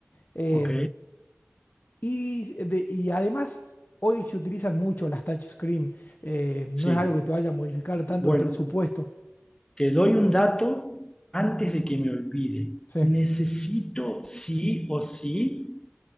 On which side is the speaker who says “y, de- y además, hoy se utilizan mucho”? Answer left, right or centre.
Left